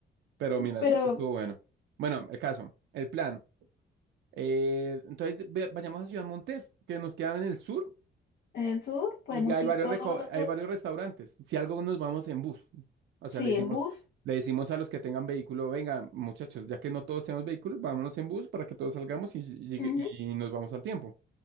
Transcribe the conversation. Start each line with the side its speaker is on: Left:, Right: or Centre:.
Right: Pero mira,
Left: Pero
Right: esto, estuvo bueno. Bueno, el caso, el plan. Eh, entonces ve- vayamos a Ciudad Montes, que nos queda en el sur
Left: en el sur podemos
Right: y hay
Left: ir
Right: varios,
Left: todos,
Right: reco- hay varios restaurantes. Si algo nos vamos en bus, o sea,
Left: sí,
Right: le decimos,
Left: en bus.
Right: le decimos a los que tengan vehículo, venga, muchachos, ya que no todos tenemos vehículos, vámonos en bus para que todos salgamos y, llegue-
Left: Ujú,
Right: y nos vamos al tiempo.